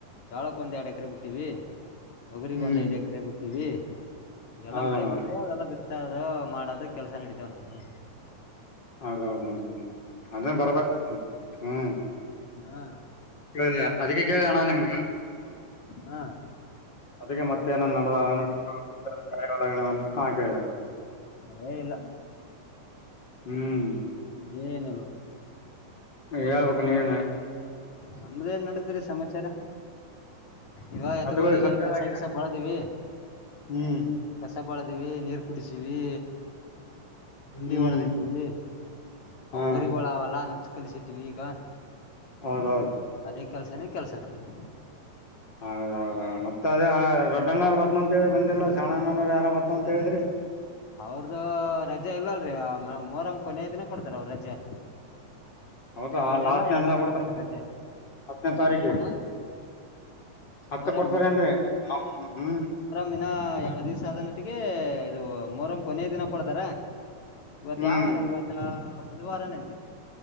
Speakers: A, on the left; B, on the left.
A: ಜ್ವಾಳಕ್ ಒಂದ ಎರಡ ಎಕರೆ ಬಿಟ್ಟಿವಿ ತೊಗರಿಗ್
B: ಹ್ಮ್
A: ಒಂದ ಐದ್ ಎಕರೆ ಬುಟ್ ಟೀವಿ ಎಲ್ಲಾ
B: ಹೌದಣ್ಣ
A: ಮಳೆ ಬಂದ್ರೆ ಅವೆಲ್ಲ ಬಿತ್ ಬಿತ್ತೋದು ಮಾಡೋದು ಕೆಲಸ ನಡಿತಾವ್ ನಮವು
B: ಹೌದೌದೌದು ಅಂದ್ರ ಬರೋಬ್ಬರಿ ಹ್ಮ್
A: ಹಾ
B: ಕೇಳ್ದೆ ಅದಕ್ಕೆ ಕೇಳ್ದೇಣ್ಣ ನಿಮ್ಗ
A: ಹಾ
B: ಅದಕ್ಕೆ ಮತ್ತೆ ಏನನ್ ನಡದಾವ ಏನು ಬಿಟ್ಟಾವ ಮತ್ತೆ ಬೇರೆವು ನಡಾದವೇನು ಹಾಕಿದೆ
A: ಹೇ ಇಲ್ಲ
B: ಹ್ಮ್
A: ಹ್ಮ ಹ್ಮ ಏನಿಲ್ಲೋ
B: ಹೇಳ್ಬೇಕು ನೀನೇ
A: ನಮ್ದೇನ್ ನಡದ್ರಿ ಸಮಾಚಾರ ಇವ ಎತ್ತುಗೋಳಿಗೆ
B: ಹತ್ತುಗಳು ಸಪ್ಪೆದಾಗಿದೆ
A: ಕಸ ಗಿಸ ಬಳದೀವಿ
B: ಹ್ಮ್
A: ಕಸ ಬಳದವಿ ನೀರ್ ಕುಡಿಸೀವಿ ಹಂಡಿ
B: ಹ್ಮ್
A: ಒಡದ ಇಟ್ಟಿವೀ ಅವು
B: ಹಾ
A: ಹೋರಿಗಳು ಅವಲ್ಲ ಕಲಿಸಿದ್ದೀವಿ ವೀಗಾ
B: ಹೌದೌದು
A: ಅದೇ ಕೆಲ್ಸನ ಕೆಲಸ ನಮ್ದು
B: ಹೌದೌದೌದು ಮತ್ತತ್ ಅದ ದೊಡ್ಡಣ್ಣ ಬ ಬಂದಿಲ್ಲ ಸಣ್ಣಣ್ಣ ಯಾರ ಬರ್ತಾವ ಅಂತ ಹೇಳಿದ್ರಿ
A: ಅವ್ರ್ದ ರಜೆ ಇಲ್ಲಲ್ರಿ ಮೋಹರಮ ಕೊನೆಯ ದಿನ ಕೊಡ್ತಾರ ಅವ್ರ ರಜೆ
B: ಹೌದಾ
A: ಒಂದ್
B: ಲಾಸ್ಟ್ನೇ
A: ಇಲ್ಲ ಎರಡ್
B: ದಿನ ಕೊಡ್ತಾರ
A: ರಜೆ
B: ಹತ್ತನೇ ತಾರೀಕಿಗೆ
A: ಆ,
B: ಹತ್ತ
A: ಮೊಹರಂ
B: ಕೊಡ್ತಾರೇಏನ್ರಿ ಹ್ಮ್
A: ದಿನ ಎರಳ ದಿವ್ಸ ಅ ಆದ ನಟ್ಟಿಗೆ ಇದು ಮೋಹರಮ್ಮ ಕೊನೆಯ ದಿನ ಕೊಡ್ತಾರ ಇವತ್
B: ಹ್ಮ್
A: ಯಾವ ವಾರ ಇವತ್ತ ಬುಧವಾರ ನೆಂತೀನಿ